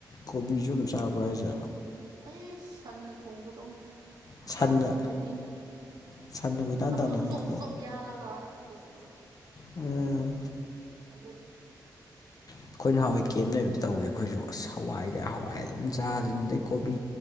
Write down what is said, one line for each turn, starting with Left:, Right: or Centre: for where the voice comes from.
Left: ꯀꯣꯕꯤꯖꯨ ꯑꯗꯨꯝ ꯆꯥꯕ꯭ꯔꯥ ꯍꯥꯏꯖꯦ
Right: ꯑꯩꯁ ꯁꯟꯅ ꯊꯣꯡ ꯈꯨꯠꯊꯣꯡꯅꯤ ꯈꯨꯆꯥꯎ
Left: ꯁꯟꯅ
Right: ꯈꯨꯆꯥꯎ ꯀꯣꯕꯤ
Left: ꯁꯟꯅ ꯀꯣꯏꯇꯥꯟ
Right: ꯑꯃ
Left: ꯇꯥꯟꯅꯅꯤꯀꯣ
Right: ꯖꯣꯞ ꯖꯣꯄ ꯌꯥꯜꯂꯒ ꯊꯣꯡꯕꯗꯣ
Left: ꯎꯝ
Right: ꯑꯗꯨꯗꯣ
Left: ꯑꯩꯈꯣꯏ ꯅꯍꯋꯥꯏ ꯀꯦꯝ ꯂꯩꯕꯗꯣ ꯇꯧꯏ ꯑꯈꯣꯏꯖꯨ ꯑꯁ ꯍꯋꯥꯏꯒꯤ ꯍꯋꯥꯏ ꯑꯗꯨꯝ ꯆꯥꯗꫭꯏꯅꯤ ꯑꯗꯩ ꯀꯣꯕꯤ